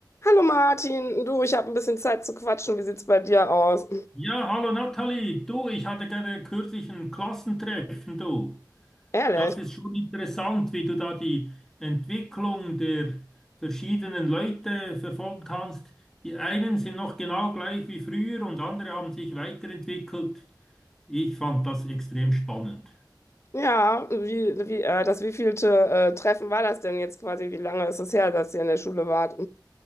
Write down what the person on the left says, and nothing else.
Hallo Martin, du, ich habe ein bisschen Zeit zu quatschen. Wie sieht's bei dir aus?
Ehrlich?
Ja, wie, wie, äh, das wievielte äh, Treffen war das denn jetzt quasi? Wie lange ist es her, dass ihr in der Schule wart?